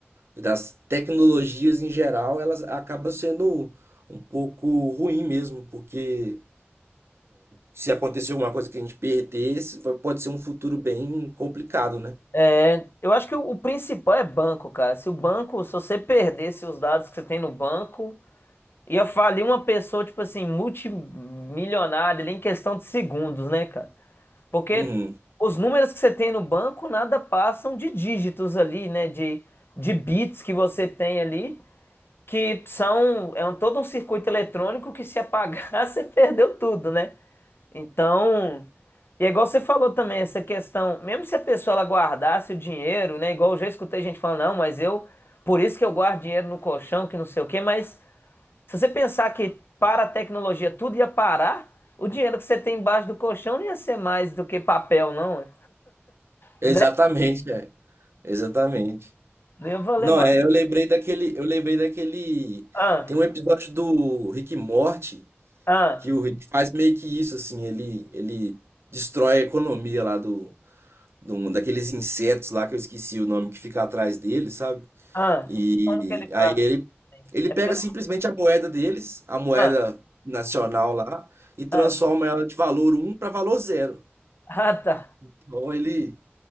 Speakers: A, on the right; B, on the left.
A: e das tecnologias em geral, elas acaba sendo um pouco ruim mesmo, porque se acontecer alguma coisa que a gente perdesse, vai- pode ser um futuro bem complicado, né?
B: É, eu acho que o, o principal é banco, cara. Se o banco, se você perdesse os dados que você tem no banco, ia falir uma pessoa, tipo assim, multimilionária ali em questão de segundos, né, cara? Porque
A: Uhum.
B: os números que você tem no banco nada passam de dígitos ali, né? De, de bits que você tem ali, que são é um, todo um circuito eletrônico que se apagar <laughs> você perdeu tudo, né? Então, e é igual você falou também, essa questão, mesmo se a pessoa ela guardasse o dinheiro, né? Igual eu já escutei gente falando, não, mas eu, por isso que eu guardo dinheiro no colchão, que não sei o quê, mas se você pensar que para a tecnologia tudo ia parar, o dinheiro que você tem embaixo do colchão não ia ser mais do que papel, não,
A: Exatamente,
B: né?
A: é. Exatamente.
B: Não ia valer
A: Não,
B: mais.
A: é, eu lembrei daquele, eu lembrei daquele,
B: Ah,
A: tem um episódio do Rick e Morty
B: ah,
A: que o Rick faz meio que isso assim, ele ele destrói a economia lá do, do daqueles insetos lá que eu esqueci o nome que fica atrás dele, sabe?
B: ah.
A: E
B: Como que ele
A: aí
B: fala?
A: ele,
B: assim?
A: ele
B: É
A: pega
B: pelo.
A: simplesmente a moeda deles, a moeda
B: Ah,
A: nacional lá, e transforma
B: ah.
A: ela de valor um para valor zero
B: Ah, tá.
A: Então ele,